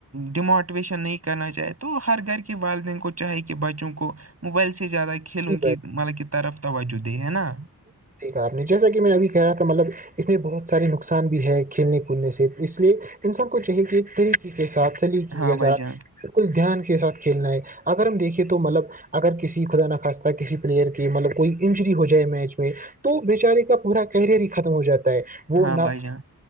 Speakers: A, on the right; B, on the right.
A: ڈیموٹیویشن نہیں کرنا چاہائے تو ہر گھر کے والدین کو چاہے کہ بچوں کو موبائل سے زیادہ کھیلوں
B: جی
A: کی
B: بھائی
A: مطلب کی طرف توجہ دے ہے نا
B: آپ نے جیسا کہ میں ابھی کہہ رہا تھا مطلب اس میں بہت سارے نقصان بھی ہے کھیلنے کودنے سے اس لیے انسان کو چاہیے کہ طریق کے ساتھ سلیقی
A: ہاں
B: کے
A: بھائی
B: ساتھ
A: جان
B: بالکل دھیان کے ساتھ کھیلنا ہے اگر ہم دیکھیں تو مطلب اگر کسی خدا نخواستہ کسی پلیئر کی مطلب کوئی انجری ہو جائے میچ میں میں تو بیےچارے کا پورا کیریئر ہی ختم ہو جاتا ہے وہ
A: ہاں بھائی
B: نہ
A: جان